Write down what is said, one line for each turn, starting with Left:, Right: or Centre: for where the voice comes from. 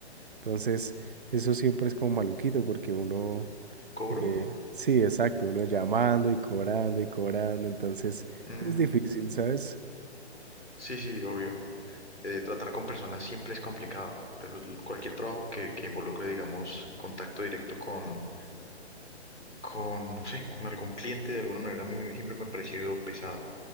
Right: Entonces eso siempre es como maluquito porque uno,
Left: ¿cobro?
Right: eh, sí, exacto, uno llamando y cobrando y cobrando. Entonces
Left: Mm,
Right: es difícil, ¿sabes?
Left: sí, sí, obvio. Eh, tratar con personas siempre es complicado. Eso es l- cualquier trabajo que, que involucre, digamos, contacto directo con, con, no sé, con algún cliente de alguna manera, a mí me- siempre me ha parecido pesado.